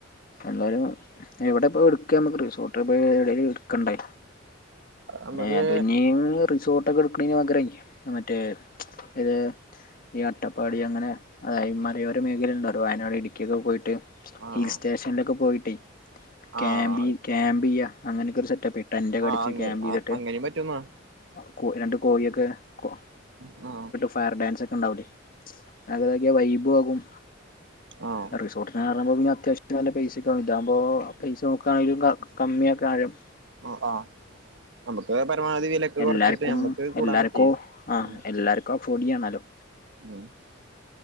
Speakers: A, on the left (about 45°); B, on the right (about 65°).
A: എന്തായാലും എവിടെ ഇപ്പോ എടുക്കുക നമുക്ക് റിസോർട്ട് പോയി എവിടേലും എടുക്കണ്ടേ
B: നമുക്ക്
A: ഏ അതിന്നിയും റിസോർട്ടെക്കെ എടു <unintelligible> മറ്റേ ഇത് ഈ അട്ടപ്പാടി അങ്ങനെ ആ ഈ മലയോര മേഖലയിണ്ട് അത് വയനാട് ഇടുക്കിയൊക്കെ പോയിട്ട്
B: ആഹ്
A: ഹിൽ സ്റ്റേഷനിലൊക്കെ പോയിട്ടേ ക്യാമ്പി
B: ആഹ്
A: ക്യാമ്പെയ്യാ അങ്ങനെക്കൊരു സെറ്റപ്പേ ടെന്റ്ക്കടിച്ച്
B: ആഹ് അങ്ങ
A: ക്യാമ്പെയ്തിട്ട്
B: അങ്ങനെയും പറ്റുന്നാ
A: അ കോ രണ്ട് കോഴിയെക്കെ കോ
B: ആ
A: ഫയർ ഡൻസൊക്കെ ഉണ്ടാവൂല്ലേ. അതക്കെ വൈബു ആകും.
B: ആഹ്
A: റിസോർട്ടിനാകാറാകുമ്പോ പിന്നെ അത്യാവശ്യം നല്ല പൈസൊക്ക ആകും. ഇതാകുമ്പോ പൈസ നോക്കാണെങ്കിലും ക കമ്മിയക്കെ കാര്യം
B: ഓ ആ നമ്മിക്ക്‌ പരമാവധി വിലേക്ക
A: എല്ലാർക്കും
B: കൊറച്ചിട്ട് നമ്മക്ക് കൂടാൻ
A: എല്ലാർക്കും
B: പറ്റീത്
A: ആഹ്
B: ആ
A: എല്ലാർക്കും അഫോർഡ് ചെയ്യണല്ലോ
B: <inaudible>